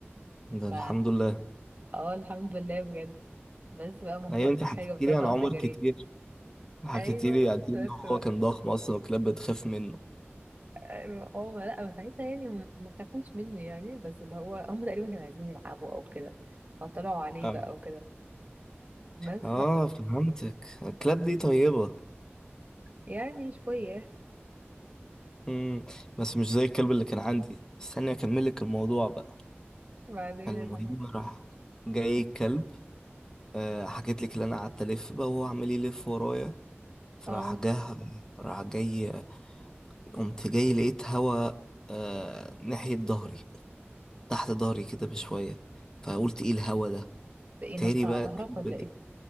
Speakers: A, on the left; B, on the right.
A: ده الحمد
B: ف
A: لله
B: اه الحمد لله بجد بس بقى ما
A: ايوه
B: حصلوش
A: انت حكيتي
B: حاجة بس
A: لي
B: انا
A: عن
B: طلعت
A: عمر
B: جريت
A: كتير حكيتي
B: ايوه
A: لي قد ايه
B: بس
A: ان هو
B: بقى
A: كان ضخم اصلا والكلاب بتخاف منه
B: أيوة. اه ما- لا ما ساعتها يعني هم- ما خافوش منه يعني بس اللي هو هم تقريبا كانوا عايزين يلعبوا او كده فطلعوا عليه
A: اه
B: بقى وكده بس
A: اه
B: بقى
A: فهمتك الكلاب دي طيبه
B: يعني شوية
A: امم بس مش زي الكلب اللي كان عندي استني اكمل لك الموضوع بقى
B: وبعدين
A: المهم
B: اللي هو
A: راح جاي الكلب آه، حكيت لك اللي انا قعدت الف بقى وهو عمال يلف ورايا فراح
B: اه
A: جه راح جاي قمت جاي لقيت هوا آه ناحية ظهري تحت ظهري كده بشوية فقلت ايه الهوا ده
B: ده ايه نط
A: تاني
B: على
A: بقى
B: ظهرك
A: الكلب
B: ولا
A: ج-
B: ايه